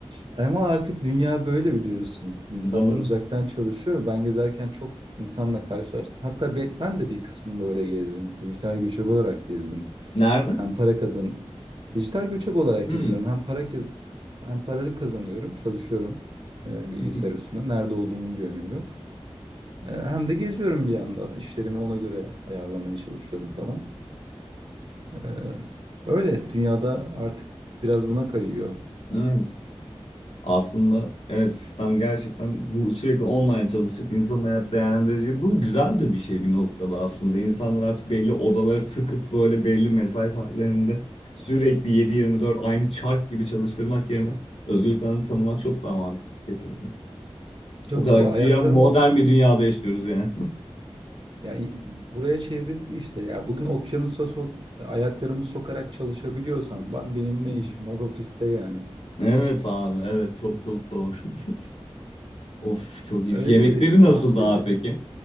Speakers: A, on the right; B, on the left.
A: ama artık dünya böyle biliyorsun. İnsanlar
B: <laughs> Doğru.
A: uzaktan çalışıyor. Ben gezerken çok insanla karşılaştım. Hatta be- ben de bir kısmında öyle gezdim. Dijital göçebe olarak gezdim.
B: Nerede?
A: Hem para kazan, dijital göçebe olarak
B: Hmm.
A: geziyorum. Hem para kez- hem paraları kazanıyorum, çalışıyorum e, bilgisayar
B: <laughs>
A: üstünde. Nerede olduğumun bir önemi yok. E, hem de geziyorum bir yandan. İşlerimi ona göre ayarlamaya çalışıyordum falan. Ee, öyle dünyada artık biraz buna kayıyor.
B: Evet. Aslında evet sistem gerçekten bu sürekli online çalışıp insanın hayat değerlendirici. Bu güzel de bir şey bir noktada aslında. İnsanlar artık belli odaları tıkıp böyle belli mesai saatlerinde sürekli yedi yirmi dört aynı çark gibi çalıştırmak yerine özgürlüklerini tanımak çok daha mantıklı kesinlikle.
A: Tabii
B: O kadar
A: tabii
B: güya
A: ayaklarımı
B: modern
A: okyanus
B: bir dünyada yaşıyoruz yani.
A: yani buraya çevrildi işte. Yani bugün okyanusa sok ayaklarımı sokarak çalışabiliyorsam ben benim ne
B: <laughs>
A: işim var <laughs> ofiste yani.
B: Evet abi evet çok çok doğru. <laughs> Of çok iyi.
A: Öyleydi,
B: Yemekleri nasıldı
A: tatlıydı.
B: abi peki?